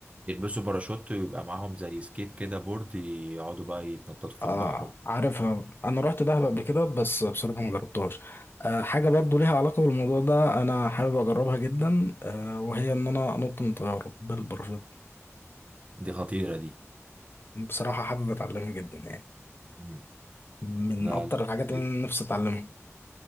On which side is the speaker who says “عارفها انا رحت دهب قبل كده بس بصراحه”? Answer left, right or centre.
Left